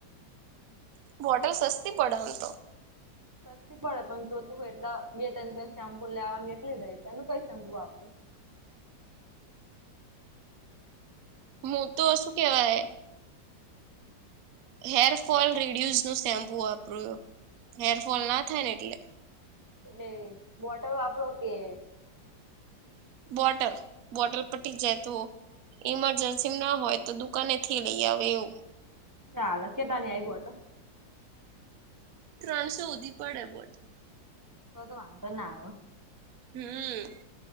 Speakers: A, on the right; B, on the right.
A: બોટલ સસ્તી પડે એમ તો
B: સસ્તી પડે પણ જોતું એટલા બે તને બે શેમ્પુ લેવા કલી દઈ તમે કઈ શેમ્પુ વાપરો?
A: હું તો શું કેવાય હેરફોલ રીડ્યુઝ નું શેમ્પુ વાપરૂ છું હેરફોલ ના થાય ને એટલે
B: એટલે બોટલ વાપરો કે
A: બોટલ બોટલ પર પતી જાય તો ઇમરજન્સી ના હોય તો દુકાને થી લઈ આવે એવું
B: ચાલ કેતાની આઈ બોલતો
A: ત્રણસો હુંધી પડે બોટલ.
B: તો તો વાંધો ના આવ.
A: હમ્મ